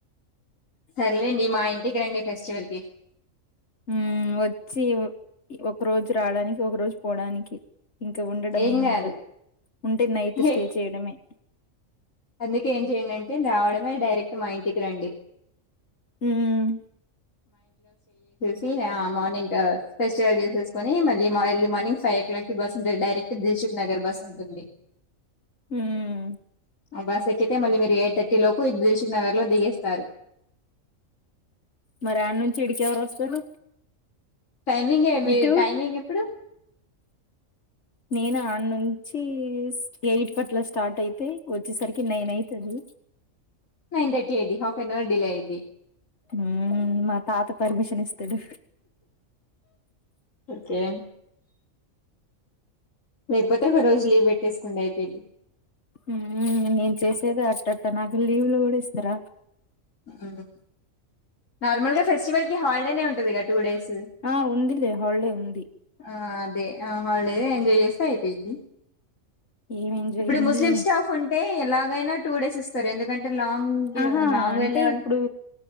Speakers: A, on the left; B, on the left.
A: సర్లేండి మా ఇంటికి రండి ఫెస్టివల్ కి
B: హ్మ్ వచ్చి ఒక రోజు రావడానికి ఒక రోజు పోడానికి ఇంకా ఉండడం
A: ఏం
B: ఏమి
A: కాదు
B: ఉండదు ఉంటే నైట్
A: హే
B: స్టే చేయడమే
A: అందుకే ఏం చేయండి అంటే రావడమే డైరెక్ట్ మా ఇంటికి రండి
B: హ్మ్
A: టే ఆ మార్నింగ్ ఫెస్టివల్ చేసేసుకుని మళ్లీ మళ్ళర్లీ మార్నింగ్ ఫైవ్ ఓ క్లాక్ కి బస్ ఉంట డైరెక్ట్ జస్ చుప్ నగర్ బస్ ఉంటుంది
B: ఉమ్
A: ఆ బస్ ఎక్కితే మళ్ళీ మీరు ఎయిట్ థర్టీ లోపు ఇ దరుశక్ నగర్ లో దిగేస్తారు
B: మరి ఆడ నుంచి ఇడకి ఎవరు వస్తారు
A: టైమింగ్ ఏమీ
B: ఇటు
A: టైమింగ్ ఎప్పుడు
B: నేను ఆడ నుంచి ఎయిట్ అట్ల స్టార్ట్ అయితే వచ్చేసరికి నైన్ అయితాది
A: నైన్ థర్టీ ఐది హాఫ్ టెన్ అవర్ డిలే ఐది
B: హ్మ్ మా తాత పర్మిషన్ ఇస్తాడు
A: ఓకే లేకపోతే ఒక రోజు లీవ్ పెట్టేసుకుండి అయిపియిది
B: హ్మ్ నేను చేసేద అట్టట్టా నాకు లీవులు కూడా ఇస్తార
A: హ్మ్ నార్మల్ గా ఫెస్టివల్ కి హాలిడేనే ఉంటది కదా టూ డేస్
B: ఆ ఉందిలే వాళే ఉంది
A: ఆ అదే ఆ హాలిడేఎంజాయ్ చేస్త అయిపోది
B: ఏం ఎంజాయ్
A: ఇప్పుడు
B: ఉంది
A: ముస్లిం స్టాప్ ఉంటే ఎలాగైనా టూ డేస్ ఇస్తారు ఎందుకంటే లాంగ్ డ్యూ
B: ఆహా
A: లాంగ్
B: అంటే
A: వెళ్ళే వాళ్ళు
B: ఇప్పుడు